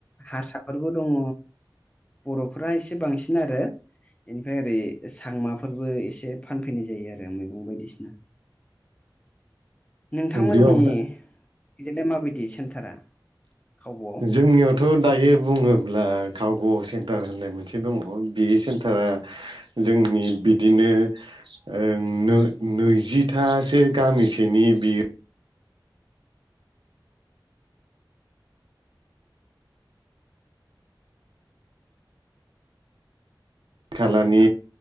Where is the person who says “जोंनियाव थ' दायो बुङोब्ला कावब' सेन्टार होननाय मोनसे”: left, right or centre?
Right